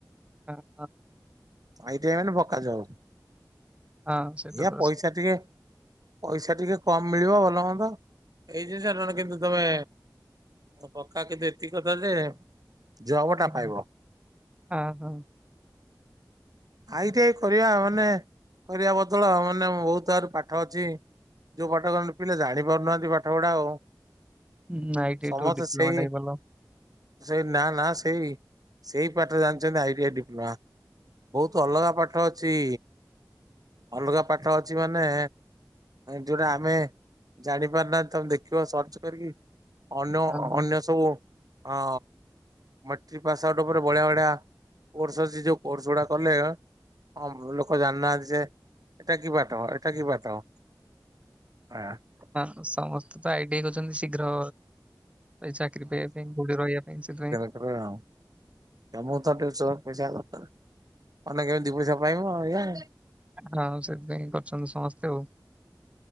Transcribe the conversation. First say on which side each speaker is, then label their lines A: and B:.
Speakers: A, on the right; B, on the right.
A: ହ ହ।
B: ଅଟିଆଇ ମାନେ ପକାଯାଉ ଏଇଆ
A: ହଁ ସେଇଟା ତ
B: ପଇସା
A: ସ-
B: ଟିକେ ପଇସା ଟିକେ କମ୍ ମିଳିବ ଭଲ ହୁଅନ୍ତ। ଏଇ ଜିନଷ ଜଣ କିନ୍ତୁ ତମେ ପକ୍କା କିନ୍ତୁ ଏତିକି କଥା ଯେ ଜବ ଟା
A: ଆଜ୍ଞା
B: ପାଇବ।
A: ହଁ ହଁ।
B: ଆଇଟିଆ କରିବା ମାନେ କରିବା ବଦଳ ମାନେ ବହୁତ ଆର ପାଠ ଅଛି। ଯୋଉ ପାଠ କ ପିଲା ଜାଣି ପାରୁନାହାନ୍ତି ପାଠ ଗୁଡା ଆଉ।
A: ହୁଁ ଆଇ ଟି ଆଇ
B: ସମସ୍ତେ
A: ଠୁ ଡିପ୍ଲୋମା
B: ସେଇ
A: ଟା ବି ଭଲ
B: ସେଇ ନା ନା ସେଇ ସେଇ ପାଠରେ ଜାଣିଛନ୍ତି ଆଇଟିଆ ଡିପ୍ଲୋମା। ବହୁତ ଅଲଗା ପାଠ ଅଛି ଅଲଗା ପାଠ ଅଛି ମାନେ ଯୋଉଟା ଆମେ ଜାଣିପାରନାହାନ୍ତି ତମେ ଦେଖିବ ସର୍ଚ୍ଚ କରିକି ଅନେ
A: ହଁ ହଁ।
B: ଅନ୍ୟ ସବୁ ହଁ ମଟ୍ରିକ ପାସ୍ ଆଉଟ୍ ଉପରେ ବଢିଆ ବଢ଼ିଆ କୋର୍ସ ଅଛି ଯୋଉ କୋର୍ସଗୁଡା କଲେ ହଁ ଲୋକ ଜାଣିନାହାନ୍ତି ଯେ ଏଟା କି ପାଠ ଏଇଟା କି ପାଠ। ହଁ।
A: ହଁ ସମସ୍ତେ ତ ଆଇଟିଆଇ କରୁଛନ୍ତି ଶୀଘ୍ର ଏଇ ଚାକିରି ପାଇବା ପାଇଁ କୋଉଠି ରହିବା ପାଇଁ ସେଥିପାଇଁ।
B: <unintelligible> ମାନେ କେମିତିି ଦି ପଇସା ପାଇବ ଏଇଆ।
A: ହଁ ସେଥିପାଇଁ କରିଛନ୍ତି ସମସ୍ତେ ଆଉ।